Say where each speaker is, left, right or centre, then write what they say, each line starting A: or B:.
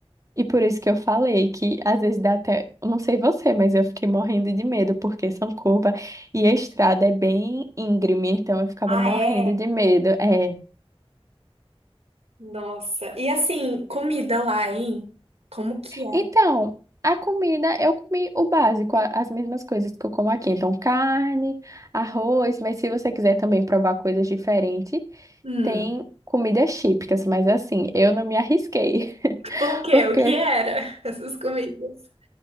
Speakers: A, on the right (about 30°); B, on the right (about 85°).
A: E por isso que eu falei que às vezes dá até, eu não sei você, mas eu fiquei morrendo de medo porque são curvas e a estrada é bem íngreme, então eu ficava
B: Ah,
A: morrendo
B: é?
A: de medo. É.
B: Nossa. E assim, comida lá, hein? Como que é?
A: Então, a comida, eu comi o básico, a- as mesmas coisas que eu como aqui. Então, carne, arroz, mas se você quiser também provar coisas diferentes,
B: Hum,
A: tem comidas típicas, mas assim, eu não me arrisquei. <laughs>
B: por quê?
A: Porque,
B: O que era? <laughs> Essas comidas.